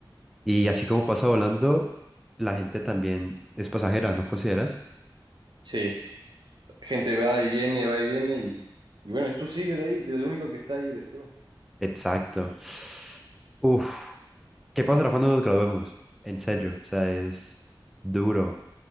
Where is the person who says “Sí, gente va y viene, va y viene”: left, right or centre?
Right